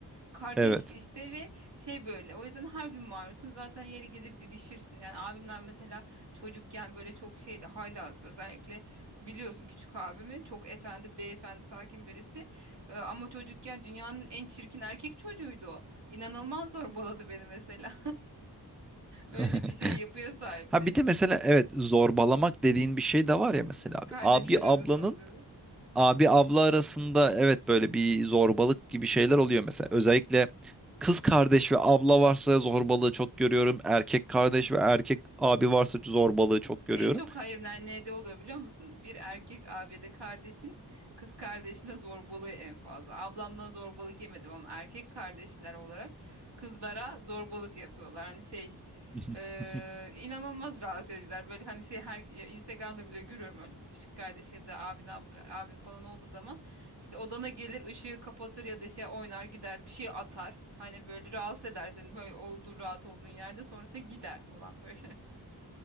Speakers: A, on the right; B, in the centre.
A: kardeş
B: evet.
A: işte ve şey böyle o yüzden her gün maruzsun zaten yeri gelir didişirsin yani abimler mesela çocukken böyle çok şeydi haylaz özellikle biliyorsun küçük abimi çok efendi beyefendi sakin birisi Ee, ama çocukken dünyanın en çirkin erkek çocuğuydu o inanılmaz zorbaladı beni mesela.
B: <laughs>
A: Öyle bir şey yapıya sahipti.
B: Ha bir de mesela evet zorbalamak dediğin bir şey de var ya mesela
A: Kardeşler
B: abi
A: arası
B: ablanın
A: oluyor.
B: abi abla arasında evet böyle bir zorbalık gibi şeyler oluyor mesela. Özellikle kız kardeş ve abla varsa zorbalığı çok görüyorum. Erkek kardeş ve erkek abi varsa zorbalığı çok görüyorum.
A: En çok hayır ne- nerede oluyor biliyor musun? Bir erkek abide kardeşin kız kardeşine zorbalığı en fazla. Ablamdan zorbalık yemedim ama erkek kardeşler olarak kızlara zorbalık yapıyorlar. Hani şey
B: <laughs>
A: eee, inanılmaz rahatsız ediciler. Böyle hani şey her ya Instagram'da bile görüyorum öyle işte küçük kardeşi ya da abin ab- abin falan olduğu zaman işte odana gelir ışığı kapatır ya da şey oynar gider bir şey atar. Hani böyle rahatsız eder seni böyle olduğun rahat olduğun yerde sonrasında gider falan böyle.